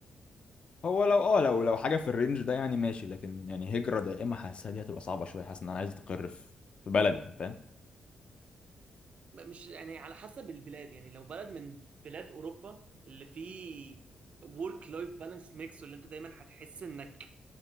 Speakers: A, on the left; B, on the right.
A: هو لو اه لو لو حاجه في الرينج ده يعني ماشي لكن يعني هجره دائمه حاسسها دي هتبقى صعبه شويه حاسس ان انا عايز استقر في في بلدي فاهم
B: م- مش يعني على حسب البلاد يعني لو بلد من بلاد اوروبا اللي فيه ورك لايف بالانس ميكس واللي انت دايما هتحس انك